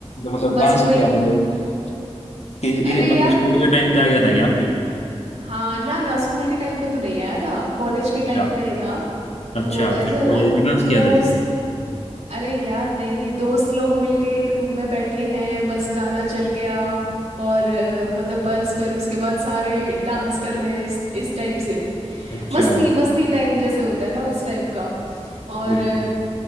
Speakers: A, on the left (about 70°); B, on the right (about 90°).
A: मतलब
B: बस
A: डांस
B: वही
A: किया मतलब कि कि-
B: अरे
A: मतलब
B: यार
A: स्कूल के टाइम पे आ गया था क्या आपके
B: हाँ ना ना स्कूल के टाइम पे तो नहीं आया था कॉलेज के
A: अच्छा
B: टाइम पे ही था
A: अच्छा
B: वो ऐसे
A: फिर
B: हो
A: कॉलेज
B: ना
A: में
B: जो
A: डांस किया था इस पे
B: अरे यार नहीं दोस्त लोग मिलके एक रूम में बैठे हैं बस गाना चल गया और अ, मतलब बस फिर उसके बाद सारे डांस कर रहे हैं इस इस टाइप से
A: अच्छा
B: मस्ती मस्ती टाइम जैसे होता है ना उस टाइप का और
A: बिल्कुल
B: अ,